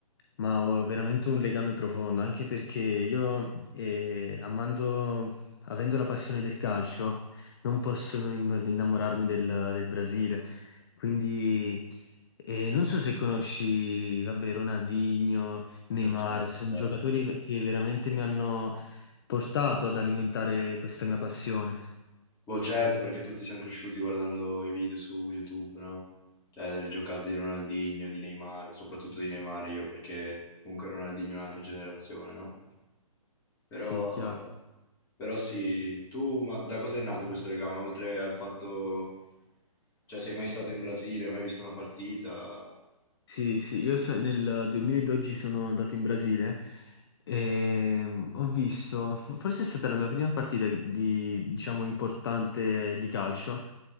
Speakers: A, on the left (about 40°); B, on the left (about 15°).
A: ma ho veramente un legame profondo, anche perché io, eh, amando, avendo la passione del calcio, non posso non inno- innamorarmi del, del Brasile. Quindi, eh, non so se conosci, vabbè, Ronaldinho, Neymar,
B: E beh, certo,
A: sono
B: certo.
A: giocatori che veramente mi hanno portato ad alimentare questa mia passione.
B: Boh, certo, perché tutti siamo cresciuti guardando i video su YouTube, no? Cioè, delle giocate di Ronaldinho, di Neymar, soprattutto di Neymar io, perché comunque Ronaldinho è un'altra generazione, no? Però,
A: Sì, chiaro.
B: però sì, tu ma da cosa è nato questo legame? Oltre al fatto, cioè, sei mai stato in Brasile, hai mai visto una partita?
A: Sì, sì, io so- nel 2012 sono andato in Brasile e mm, ho visto, fo- forse è stata la mia prima partita di, diciamo, importante di calcio